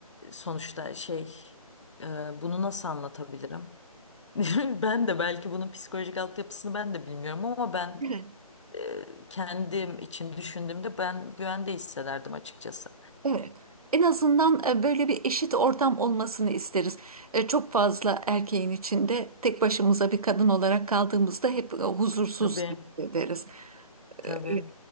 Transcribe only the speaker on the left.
sonuçta şey e, bunu nasıl anlatabilirim? <laughs> Ben de belki bunun psikolojik altyapısını ben de bilmiyorum ama ben
e, kendim için düşündüğümde ben güvende hissederdim açıkçası.
Tabii,
tabii.